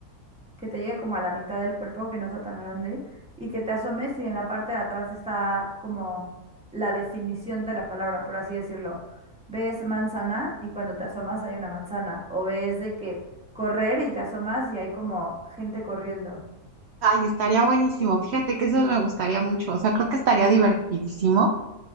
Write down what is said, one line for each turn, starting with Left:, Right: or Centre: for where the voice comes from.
Centre: que te llegue como a la mitad del cuerpo, que no sea tan grande, y que te asomes y en la parte de atrás está como la definición de la palabra, por así decirlo. Ves manzana y cuando te asomas hay una manzana, o ves de que correr y te asomas y hay como gente corriendo.
Right: Ay, estaría buenísimo, fíjate que eso me gustaría mucho, o sea, creo que estaría divertidísimo.